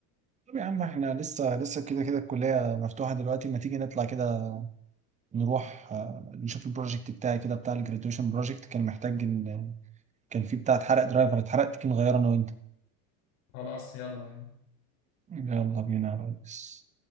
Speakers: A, on the right (about 15°); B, on the left (about 70°).
A: طب يا عم احنا لسه لسه كده كده الكليه مفتوحه دلوقتي ما تيجي نطلع كده نروح آه، نشوف البروجكت بتاعي كده بتاع الجراديويشن بروجكت كان محتاج ان كان فيه بتاع اتحرق درايفر اتحرقت كي نغيره انا وانت
B: خلاص يلا يلا
A: يلا بينا يا ريس